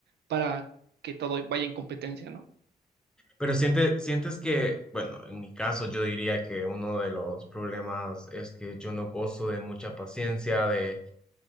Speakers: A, on the right; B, in the centre.
A: para que todo vaya en competencia, ¿no?
B: Pero siente, sientes que, bueno, en mi caso yo diría que uno de los problemas es que yo no gozo de mucha paciencia, de